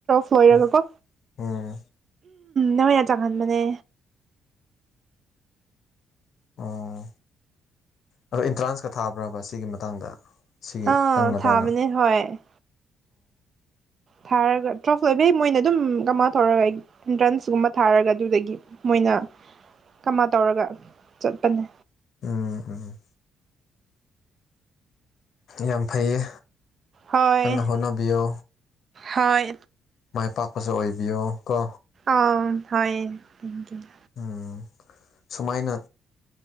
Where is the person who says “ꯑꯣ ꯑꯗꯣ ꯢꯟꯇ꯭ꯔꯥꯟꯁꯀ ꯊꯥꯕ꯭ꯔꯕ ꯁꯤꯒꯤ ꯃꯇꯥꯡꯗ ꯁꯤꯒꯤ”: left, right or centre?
Left